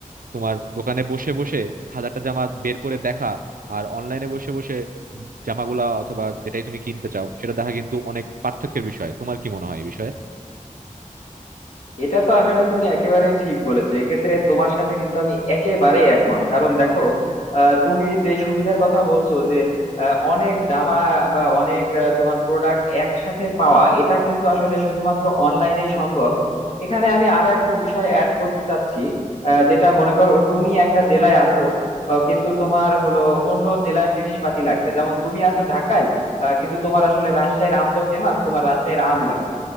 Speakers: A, on the right; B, on the left.
A: তোমার দোকানে বসে বসে হাজারটা জামা বের করে দেখা আর অনলাইনে বসে বসে জামাগুলা অথবা যেটাই তুমি কিনতে চাও সেটা দেখা কিন্তু অনেক পার্থক্যের বিষয় তোমার কি মনে হয় এই বিষয়ে
B: এটা তো আসলে তুমি একেবারেই ঠিক বলেছো এক্ষেত্রে তোমার সাথে কিন্তু আমি একেবারে একমত কারণ দেখো আহ, তুমি যে সুবিধার কথা বলছো যে আহ, অনেক জামা বা অনেক আহ, তোমার প্রোডাক্ট একসাথে পাওয়া এটা কিন্তু আসলে শুধুমাত্র অনলাইনে সম্ভব এখানে আমি আরো একটা বিষয় অ্যাড করতে চাচ্ছি আহ, যেটা মনে করো তুমি একটা জেলায় আসো আহ, কিন্তু তোমার হলো অন্য জেলার জিনিসপাতি লাগবে যেমন তুমি আছো ঢাকায় আহ, কিন্তু তোমার আসলে রাজশাহীর আম তো ফেমাস তোমার রাজশাহীর আম লাগবে